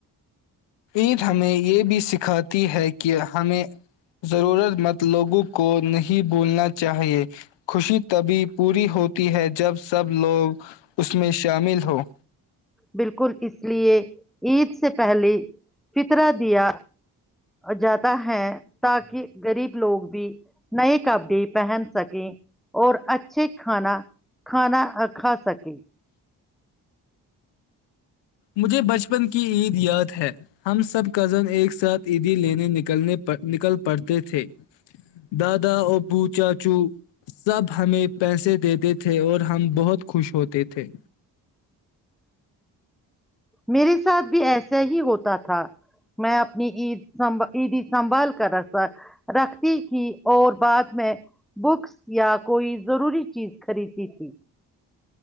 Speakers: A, on the left; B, in the centre.
A: عید ہمیں یہ بھی سکھاتی ہے کہ ہمیں ضرورت مند لوگوں کو نہیں بھولنا چاہئے خوشی تبھی پوری ہوتی ہے جب سب لوگ اس میں شامل ہوں
B: بالکل اس لیے عید سے پہلے فطرا دیا جاتا ہے تاکہ غریب لوگ بھی نئے کپڑے پہن سکیں اور اچھے کھانا کھانا کھا سکے
A: مجھے بچپن کی عید یاد ہے ہم سب کزن ایک ساتھ عیدی لینے نکلنے نکل پڑتے تھے دادا ابو چاچو سب ہمیں پیسے دیتے تھے اور ہم بہت خوش ہوتے تھے
B: میرے ساتھ بھی ایسا ہی ہوتا تھا میں اپنی عید سب عیدی سنبھال کر ر رکھتی تھی اور بعد میں بکس یا کوئی ضروری چیز خریدتی تھی